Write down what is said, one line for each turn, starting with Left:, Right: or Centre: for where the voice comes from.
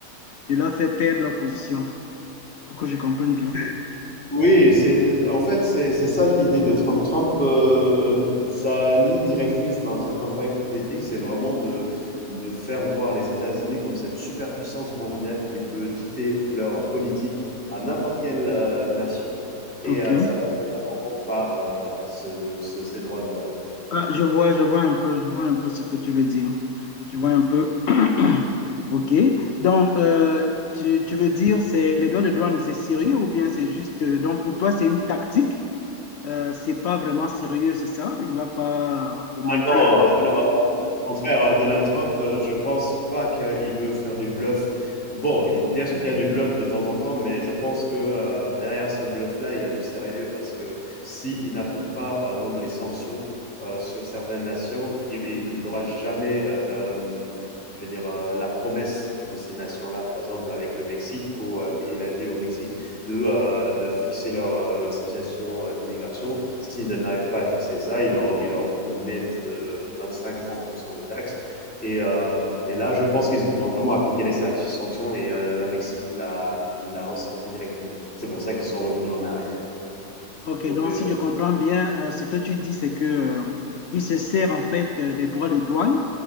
Left: de leur faire perdre leur position, pour que je comprenne bien.
Centre: Oui, en fait, c'est ça l'idée de Trump. Trump, euh, euh, sa ligne directrice dans sa campagne politique, c'est vraiment de, de faire voir les États-Unis comme cette superpuissance mondiale qui peut dicter leur politique à n'importe quelle euh, nation. Et
Left: OK.
Centre: euh, ça passe notamment par euh, voilà, ce, ce, ces droits de douane.
Left: Ah, je vois, je vois un peu, je vois un peu ce que tu veux dire. Je vois un peu. <clears throat> OK. Donc, euh, tu, tu veux dire, c'est les droits de douane, c'est sérieux ou bien c'est juste. euh, donc, pour toi, c'est une tactique. Euh, c'est pas vraiment sérieux, c'est ça? Il va pas augmenter.
Centre: Ah non, ah non, au contraire, euh, Donald Trump, euh, je pense pas qu'il veut faire du bluff. Bon, il- bien sûr qu'il y a du bluff de temps en temps, mais je pense que euh, derrière ce bluff-là, il y a du sérieux parce que s'il n'applique pas, par exemple, les sanctions euh, sur certaines nations, il n'aura jamais, euh, euh, je vais dire, euh, la promesse de ces nations-là, par exemple avec le Mexique, où euh, il a dit au Mexique de, euh, de fixer leur, euh, leur situation euh, d'immigration. S'ils n'arrivent pas à fixer ça, ils leur, ils leur mettent euh, 25-30% de taxes. Et, euh, et, là, je pense qu'ils ont vraiment appliqué les sanctions et euh, la Mexique l'a l'a ressenti directement. C'est pour ça qu'ils sont revenus en arrière.
Left: OK.
Centre: Donc,
Left: Donc,
Centre: euh,
Left: si je comprends bien, euh, ce que tu dis, c'est que euh, il se sert en fait euh, des droits de douane